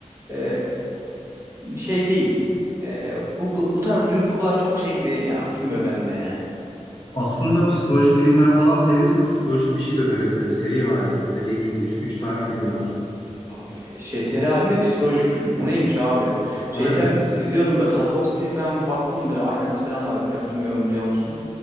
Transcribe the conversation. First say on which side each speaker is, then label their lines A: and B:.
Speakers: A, on the right (about 25°); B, on the left (about 40°).
A: e, şey değil. Ee, bu, bu, bu tarz bilim kurgular çok şey değil ya. Akmıyor benimle yani.
B: Aslında psikolojik filmler falan seviyorsan psikolojik bir şey de önerebilirim seri halinde. Bu dediğin gibi üç üç tane filmi var.
A: Abi, şey seri halinde psikolojik film. O neymiş abi? Şey
B: Aynen.
A: falan izliyordum böyle Tarkovski falan bir baktım böyle aynası falan var biliyor, bilmiyorum biliyor musun?